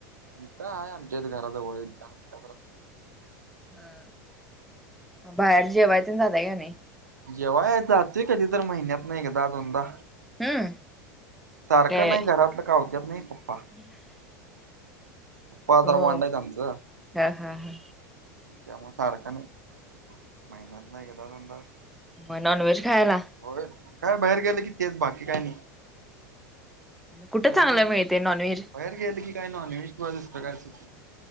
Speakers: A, on the right (about 80°); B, in the centre.
A: इथं आहे आमच्याच घराजवळ एक दहा मिनिटात.
B: ह बाहेर जेवाय तेन जाताय का नाही.
A: जेवाय जातोय कधी तर महिन्यातन एकदा दोनदा.
B: हम्म
A: सारखं
B: काय
A: नाही घरातलं कावत्यात नाही पप्पा.
B: <inaudible>
A: पप्पा जरा
B: हो
A: वांड आहेत आमचं.
B: हा हा हा
A: त्यामुळे सारखं नाही महिन्यातन एकदा दोनदा.
B: म नॉनव्हेज खायला.
A: होय काय बाहेर गेलं की तेच बाकी काय नाही.
B: कुठं
A: बाहेर
B: चांगल
A: गेलं
B: मिळते नॉनव्हेज.
A: बाहेर गेले की <inaudible>